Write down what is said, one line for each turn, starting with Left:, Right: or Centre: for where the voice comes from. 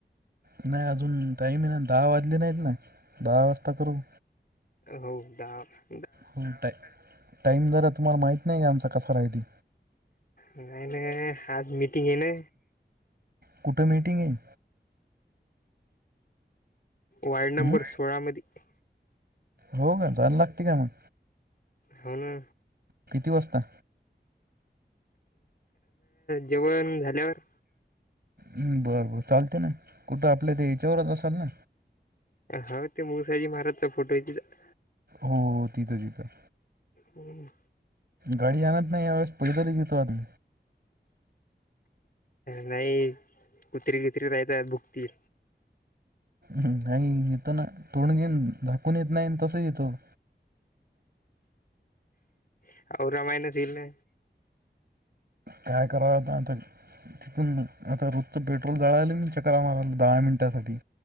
Right: नाही अजून टाईम ना दहा वाजले नाहीत ना दहा वाजता करू
Left: हो दहाक
Right: हो टा टाईम जरा तुम्हाला माहित नाही का आमचा कसा राहिते?
Left: नाही ना आज मिटिंग आहे ना
Right: कुठं मीटिंग हे?
Left: वार्ड नंबर
Right: हं?
Left: सोळामध्ये
Right: हो का जायला लागते का मग?
Left: हो ना
Right: किती वाजता?
Left: जेवण झाल्यावर
Right: हम् बरं बरं चालते ना कुठं आपल्या ते याच्यावरच असल ना
Left: हो ते मुळसाजी महाराजचा फोटो हाय तिथं
Right: हो तिथं तिथं
Left: हो ना
Right: गाडी आणत नाही या वेळेस पैदलच येतो आम्ही
Left: नाही कुत्री गितरी राहतात भुकतील
Right: हम् नाही येतो ना तोंड गीन झाकून येत नाही तस येतो
Left: <unintelligible> महिन्यात इल ना
Right: काय करावतातरी तिथून आता रोजच पेट्रोल जाळालं मी चक्र मारायला दहा मिनिटांसाठी